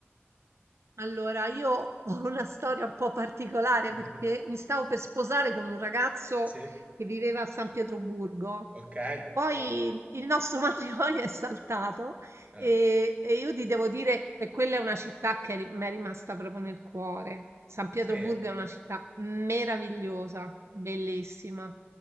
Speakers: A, on the right; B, on the right.
A: Allora, io ho una storia un po' particolare
B: <laughs>
A: perché mi stavo per sposare con un ragazzo
B: Sì?
A: che viveva a San Pietroburgo.
B: Ok,
A: Poi
B: wow.
A: il nostro <laughs> matrimonio è saltato
B: Ah,
A: e, e io ti devo dire che quella è una città che ri- mi è rimasta proprio nel cuore. San Pietroburgo
B: Sì?
A: è una città meravigliosa, bellissima.